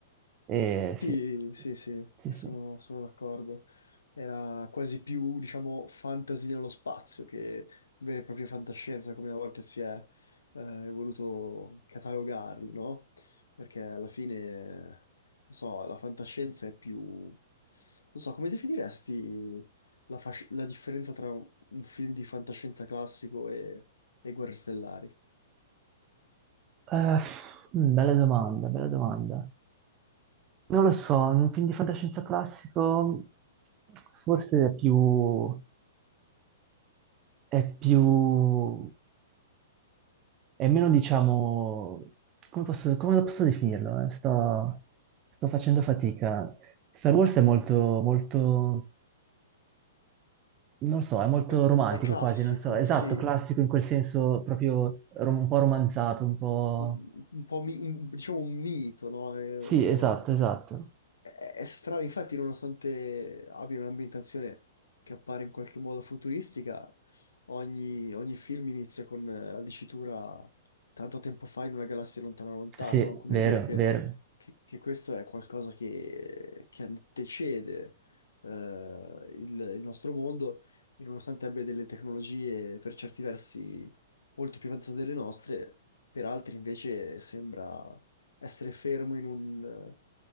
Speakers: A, on the right; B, on the left.
A: E
B: Sì,
A: sì,
B: sì, sì,
A: sì,
B: sono,
A: sì.
B: sono d'accordo. Era quasi più, diciamo, fantasy nello spazio che vera e propria fantascienza, come a volte si è eh, voluto catalogarli, no? Perché alla fine, non so, la fantascienza è più... Non so, come definiresti la, fasc- la differenza tra un un film di fantascienza classico e, e Guerre Stellari?
A: Eh, mm, bella domanda, bella domanda. Non lo so, un film di fantascienza classico forse è più, è più, è meno, diciamo, come posso, come lo posso definirlo? eh? Sto, sto facendo fatica. Star Wars è molto, molto, non lo so, è molto
B: È,
A: romantico
B: è classico,
A: quasi, non so, esatto,
B: sì,
A: classico in quel senso proprio rom- un po' romanzato, un po'...
B: un, un po' mi- un- diciamo un mito, no? È, è-
A: Sì, esatto,
B: è
A: esatto.
B: è strano, infatti, nonostante abbia un'ambientazione che appare in qualche modo futuristica, ogni, ogni film inizia con eh, la dicitura tanto tempo fa in una galassia lontana lontana,
A: Sì,
B: no? Come
A: vero,
B: dire che,
A: vero.
B: che- che questo è qualcosa che, che antecede eh, il, il nostro mondo, e nonostante abbia delle tecnologie per certi versi molto più avanzate delle nostre, per altri invece sembra essere fermo in un,